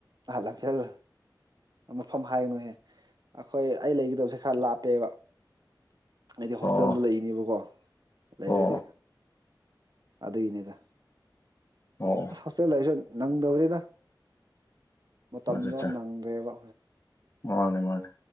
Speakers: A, on the right (about 60°); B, on the left (about 40°).
A: ꯑ ꯂꯝꯐꯦꯜ ꯃꯐꯝ ꯍꯥꯏꯒꯅꯨꯍꯦ ꯑꯈꯣꯏ ꯑꯩ ꯂꯩꯒꯗꯕꯁꯦ ꯈꯔ ꯂꯥꯞꯄꯦꯕ ꯑꯩꯗꯤ ꯍꯣꯁꯇꯦꯜꯗ
B: ꯑꯣ
A: ꯂꯩꯅꯦꯕꯀꯣ ꯂꯩꯔꯗꯤ
B: ꯑꯣ
A: ꯑꯗꯨꯒꯤꯅꯤꯗ
B: ꯑꯣ
A: ꯑꯁ ꯍꯣꯁꯇꯦꯜ ꯂꯩꯁꯨ ꯅꯪꯗꯕꯅꯤꯗ ꯃꯇꯝꯗꯣ
B: ꯑꯆꯥ ꯑꯠꯆꯥ
A: ꯅꯪꯗꯦꯕ
B: ꯃꯥꯅꯦ ꯃꯥꯅꯦ